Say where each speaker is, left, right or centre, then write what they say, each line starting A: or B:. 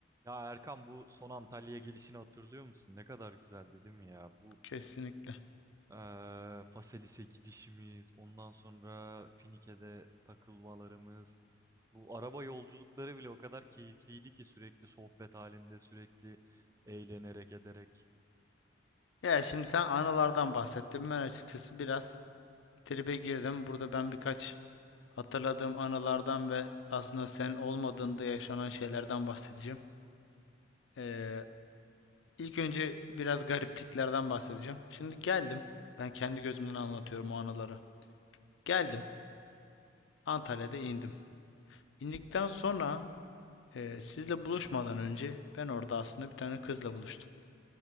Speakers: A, on the right; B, on the left.
A: Ya Erkan bu son Antalya'ya gelişini hatırlıyor musun? Ne kadar güzeldi değil mi ya? Bu
B: Kesinlikle.
A: eee Faselis'e gidişimiz, ondan sonra Finike'de takılmalarımız, bu araba yolculukları bile o kadar keyifliydi ki sürekli sohbet halinde, sürekli eğlenerek ederek.
B: Ya şimdi sen anılardan bahsettin. Ben açıkçası biraz tribe girdim. Burada ben birkaç hatırladığım anılardan ve aslında sen olmadığında yaşanan şeylerden bahsedeceğim. Ee, ilk önce biraz garipliklerden bahsedeceğim. Şimdi geldim. Ben kendi gözümden anlatıyorum o anıları. Geldim. Antalya'da indim. İndikten sonra e, sizle buluşmadan önce ben orada aslında bir tane kızla buluştum.